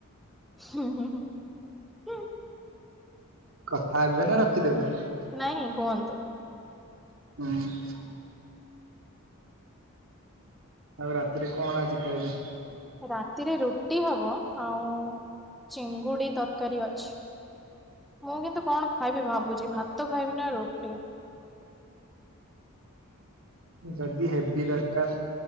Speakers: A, in the centre; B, on the right.
A: ହୁଁ ହୁଁ ହୁଁ ହୁଁ
B: କଥା ହେବେ ନା ରଖିଦେବେ?
A: ନାଇଁ କୁହନ୍ତୁ
B: ହଁ ଆଉ ରାତିରେ କଣ ଆଜି ଖାଇବେ?
A: ରାତିରେ ରୁଟି ହବ ଆଉ ଚିଙ୍ଗୁଡି ତରକାରୀ ଅଛି ମୁଁ କିନ୍ତୁ କଣ ଖାଇବି ଭାବୁଛି ଭାତ ଖାଇବି ନା ରୁଟି
B: ଯଦି ହେବି ଦରକାର